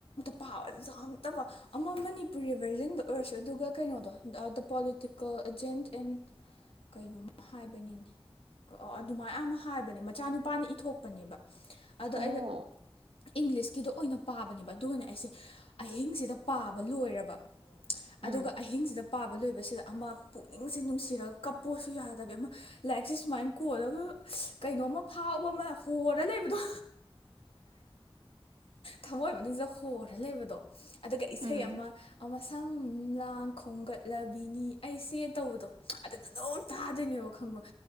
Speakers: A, on the left; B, on the right.
A: ꯄꯥꯕ <unintelligible> ꯑꯃ ꯃꯅꯤꯄꯨꯔꯤ ꯚꯔꯖꯟꯗ ꯑꯣꯏꯔꯁꯨ ꯑꯗꯨꯒ ꯀꯩꯅꯣꯗꯣ ꯗ ꯄꯣꯂꯤꯇꯤꯀꯦꯜ ꯑꯦꯖꯦꯟꯠ ꯑꯦꯟ ꯀꯩꯅꯣꯃ ꯍꯥꯏꯕꯅꯤꯅꯦ ꯑꯗꯨꯃꯥꯏ ꯑꯃ ꯍꯥꯏꯕꯅꯦ ꯃꯆꯥꯅꯨꯄꯥꯅ ꯏꯊꯣꯛꯄꯅꯦꯕ ꯑꯗꯣ
B: ꯑꯣ
A: ꯑꯩ ꯏꯪꯂꯤꯁꯀꯤꯗ ꯑꯣꯏꯅ ꯄꯥꯕꯅꯦꯕ ꯑꯗꯨꯒꯅꯦ ꯑꯩꯁꯦ ꯑꯍꯤꯡꯁꯤꯗ ꯄꯥꯕ ꯂꯣꯏꯔꯕ ꯑꯗꯨꯒ
B: ꯎꯝ
A: ꯑꯍꯤꯡꯁꯤꯗ ꯄꯥꯕ ꯂꯣꯏꯕꯁꯤꯗ ꯑꯃ ꯄꯨꯛꯅꯤꯡꯁꯦ ꯅꯨꯡꯁꯤꯔꯒ ꯀꯞꯄꯣꯁꯨ ꯌꯥꯗꯕꯤ ꯑꯃ ꯂꯥꯏꯔꯤꯛꯁꯦ ꯁꯨꯃꯥꯏꯅ ꯀꯣꯜꯂꯒ ꯀꯩꯅꯣꯝꯃ ꯐꯥꯎꯕ ꯑꯃ ꯍꯣꯔ ꯂꯩꯕꯗꯣ ꯊꯃꯣꯏ ꯃꯅꯨꯡꯗ ꯍꯣꯔ ꯂꯩꯕꯗꯣ ꯑꯗꯨꯒ ꯏꯁꯩ
B: ꯎꯝ
A: ꯑꯃ ꯑꯃ ꯁꯝ ꯂꯥꯡ ꯈꯣꯝꯒꯠꯂꯕꯤꯅꯤ ꯑꯩꯁꯦꯅ ꯇꯧꯕꯗꯣ ꯑꯗꯨꯗ ꯑꯗꯨꯝ ꯇꯥꯗꯣꯏꯅꯦꯕ ꯈꯪꯕ